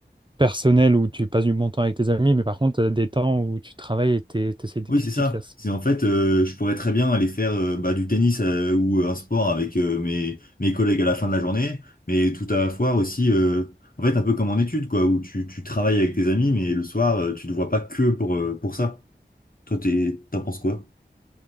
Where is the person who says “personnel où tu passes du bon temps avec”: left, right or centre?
Right